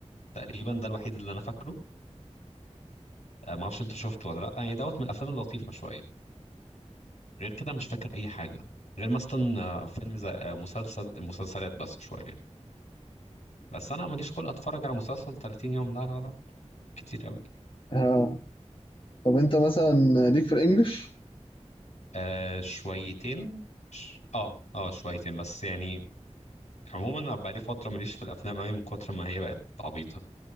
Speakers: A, on the left; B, on the left.
A: تقريبا ده الوحيد اللي انا فاكره آه، ما اعرفش انت شفته ولا لا يعني دوت من الافلام اللطيفه شويه غير كده مش فاكر اي حاجه غير مثلا آه، فيلم زي آه، مسلسل المسلسلات بس شويه بس انا ماليش خلق اتفرج على مسلسل 30 يوم لا لا لا كتير قوي
B: اه طب انت مثلا ليك في الانجليش؟
A: آه شويتين ش... اه اه شويتين بس يعني عموما انا بقالي فتره ماليش في الافلام قوي من كتر ما هي بقت عبيطه